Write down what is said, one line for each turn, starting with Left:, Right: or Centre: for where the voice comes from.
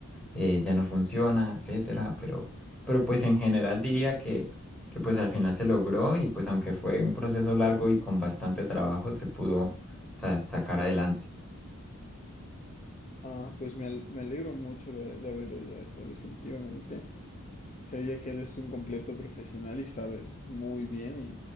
Centre: eh, ya no funciona, etcétera, pero... Pero pues en general diría que que pues al final se logró y pues aunque fue un proceso largo y con bastante trabajo se pudo sa- sacar adelante.
Left: Ah, pues me, al- me alegro mucho de, de haber oído eso, definitivamente. Se oye que eres un completo profesional y sabes muy bien y,